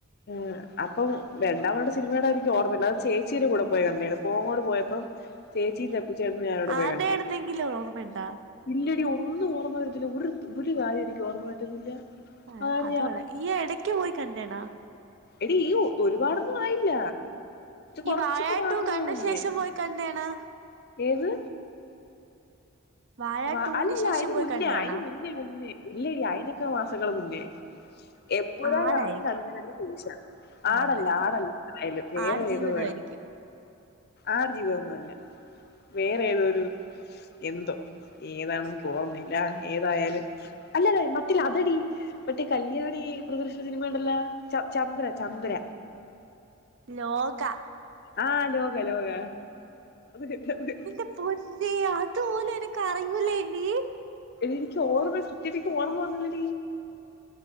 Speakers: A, on the left; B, on the right.
A: മ് അപ് അപ്പം രണ്ടമത് കണ്ട സിനിമേടെ എനിക്ക് ഓർമല്ല, അത് ചേച്ചീടെ കൂടെ പോയി കണ്ടേ ആണ്, പൊങ്കോട് പോയ ചേച്ചി <unintelligible> ഞാനവിടെ
B: ആരുടെ
A: പോയ കണ്ടേ
B: ആയിരുന്നെങ്കിലും ഓർമ്മയുണ്ടാ
A: ഇല്ലടി ഒന്ന് ഒന്നും ഓർമ്മ വരത്തില്ല, ഒരുത് ഒരു കാര്യം എനിക്ക് ഓർമ്മ കിട്ടുന്നില്ല.
B: ആ
A: അതാണ്
B: അതോളെ
A: ഞാൻ
B: ഈ എടക്ക് പോയി കണ്ടേ ആണോ?
A: എടി ഈ ഒ ഒരുപാടൊന്നും ആയില്ല.
B: ഈ
A: കൊറച്ചൊക്കെ
B: വഴാ
A: മാസങ്ങൾ
B: ടു കണ്ട
A: മുന്നേ
B: ശേഷം പോയി കണ്ടേ ആണോ?
A: ഏത്
B: വാഴ
A: വ
B: ടൂന്
A: അല്ലല്ല
B: ശേഷം
A: അയിന്
B: പോയി
A: മുന്നേ
B: കണ്ടേണാ
A: അയിന് മുന്നേ മുന്നേ ഇല്ലല്ല അയിതിനൊക്കെ വ മുന്നേ എവിടാ
B: ആടായിരിക്കും
A: ഇറങ്ങി കണ്ടേ ശ
B: ആ
A: ആടല്ല
B: ബെസ്റ്റ്
A: ആടല്ലായാലും വേറെ
B: ആട് ജീവിതമായിരിക്കും
A: ഏത് വേ ആട് ജീവിത വേറെ ഏതോരു എന്തോ ഏതാണെന്ന് ഓർന്നില്ല ഏതായാലും അല്ലത മറ്റില്ല അതടി മറ്റേ കല്യാണി പ്രദർശിച്ച സിനിമ ഉണ്ടല്ല ച ചന്ദ്ര ചന്ദ്ര
B: ലോക
A: ആ ലോക ലോക എടി
B: എന്റെ പൊന്നെ അതുപോലും എനക്ക് അറിയൂലേ <unintelligible>
A: എനി എനിക്ക് ഓർമ്മയ സത്യ എനി ഓർമ്മ വന്നില്ല